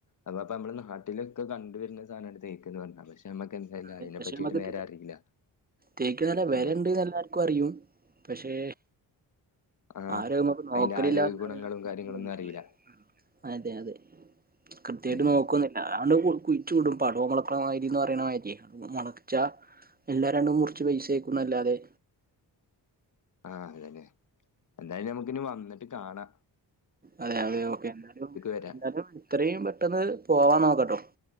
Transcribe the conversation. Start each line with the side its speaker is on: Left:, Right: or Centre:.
Left: അപ്പൊ അപ്പൊ നമ്മള് നാട്ടിലൊക്കെ കണ്ടുവരുന്ന സാധനാണ് തേക്ക് എന്ന് പറഞ്ഞ പക്ഷെ നമ്മക്ക് എന്തായാലും അതിനെ
Right: അ പക്ഷേ
Left: പറ്റിയിട്ട്
Right: നമക്ക
Left: നേരെ അറിയില്ല
Right: തേക്ക് നല്ല വിലണ്ട്ന്ന്
Left: ഏഹ്
Right: ല്ലാ ർക്കും അറിയും പക്ഷേ
Left: ആഹ്
Right: ആരും അയ്മക്ക് നോക്കലില്ലാന്ന
Left: അതിന്റെ ആരോഗ്യ ഗുണങ്ങളും കാര്യങ്ങളൊന്നും
Right: <unintelligible>
Left: അറിയില്ല
Right: അതെ അതെ കൃത്യയിട്ട്
Left: ഉം
Right: നോക്കുന്നില്ല അ കുഴ് കുയ്ച്ചുടും പടു മൊൾക്ക് ണമാരി ന്ന് പറയ്ണ മാരിയ് മുളച്ച എല്ലാര രണ്ടും മുറിച്ച് പൈസ ആക്കുംന്നല്ലാതെ
Left: ആ അതന്നെ എന്തായാലും നമുക്ക് നി വന്നിട്ട് കാണാ
Right: അതെ അത ഓക്കെ എന്നാലും
Left: വരാം
Right: എന്താലും എത്രയും പെട്ടെന്ന് പോവാൻ നോക്കട്ടോ